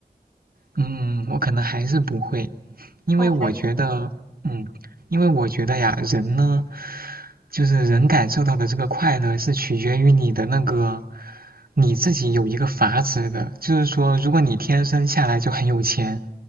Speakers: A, on the right; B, in the centre.
A: 嗯，我可能还是不会，因为我觉得，
B: 哦，还是不会。
A: 嗯，因为我觉得呀，人呢，就是人感受到的这个快乐是取决于你的那个，你自己有一个阀值的，就是说，如果你天生下来就很有钱，